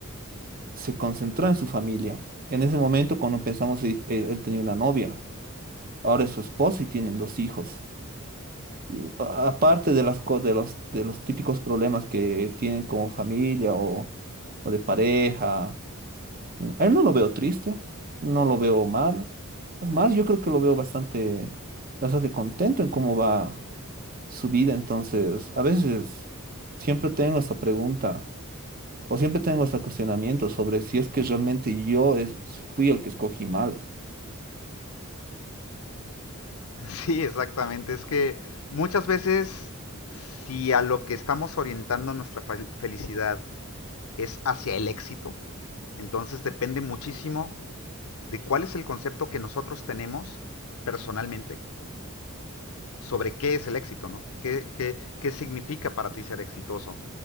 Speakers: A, on the right; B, on the left.
A: se concentró en su familia. En ese momento, cuando empezamos, él, él tenía una novia, ahora es su esposa y tienen dos hijos. Y a- Aparte de las, co- de los, de los típicos problemas que tienen como familia o, o de pareja, A él no lo veo triste, no lo veo mal. Es más, yo creo que lo veo bastante, bastante contento en cómo va su vida. Entonces, a veces siempre tengo esta pregunta o siempre tengo este cuestionamiento sobre si es que realmente yo es- fui el que escogí mal.
B: <laughs> Sí, exactamente. Es que muchas veces, si a lo que estamos orientando nuestra fel- felicidad es hacia el éxito, entonces depende muchísimo de cuál es el concepto que nosotros tenemos personalmente sobre qué es el éxito, ¿no? ¿Qué, qué, qué significa para ti ser exitoso?